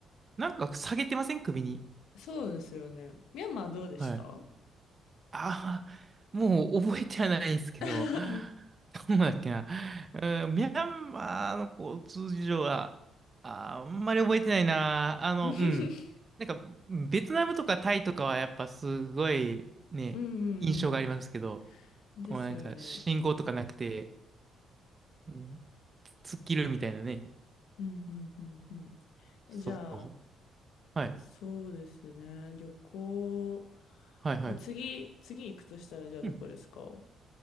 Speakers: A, on the right; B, on the left.
A: なんか下げてません首に。
B: そうですよね。ミャンマーどうでした
A: はい。ああ、もう覚えてはないんですけど、
B: <laughs> う
A: どうだっけな。うん、ミャンマーの交通事情は、あー、あんまり覚えてないな。あの、
B: ん
A: うん。なんか、ベトナムとかタイとかはやっぱすごいね、
B: うんうん。
A: 印象がありますけど、
B: ですよね。
A: もうなんか信号とかなくて、うん突っ切るみたいなね。
B: うんうんうんうん。えじゃあ、
A: そう。はい。
B: そうですね。旅行、
A: はいはい。
B: もう次、次行くとしたら、じゃあどこですか
A: うん。